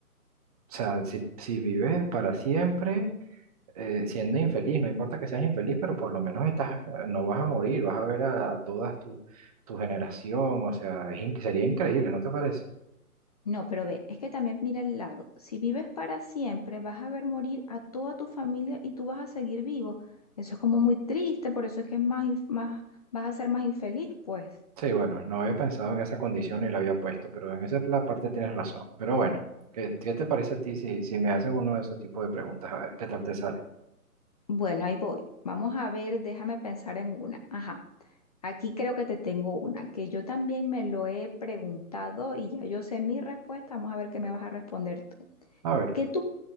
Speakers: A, on the right (about 25°); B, on the left (about 25°).
A: o sea, si, si vives para siempre... eh, siendo infeliz, no importa que seas infeliz, pero por lo menos estás, eh, no vas a morir, vas a ver a, todas tu, tu generación, o sea, es in- sería increíble, ¿no te parece?
B: No, pero ve, es que también mira el lado. Si vives para siempre, vas a ver morir a toda tu familia y tú vas a seguir vivo. Eso es como muy triste, por eso es que es más, inf- más, vas a ser más infeliz, pues.
A: Sí, bueno, no había pensado en esa condición y la había puesto, pero en esa pla- parte tienes razón. Pero bueno, ¿qué, qué te parece a ti si, si me haces uno de esos tipos de preguntas? A ver, ¿qué tal te sale?
B: Bueno, ahí voy. Vamos a ver, déjame pensar en una. Ajá, aquí creo que te tengo una, que yo también me lo he preguntado y ya yo sé mi respuesta. Vamos a ver qué me vas a responder tú.
A: A ver,
B: ¿Qué tú,